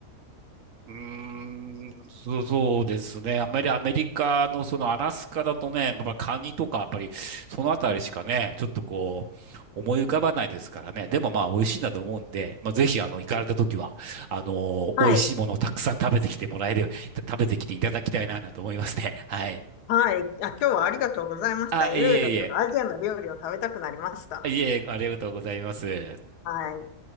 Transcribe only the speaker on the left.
はい。
はい。あ、今日はありがとうございました。
いろいろアジアの料理を食べたくなりました。
はい。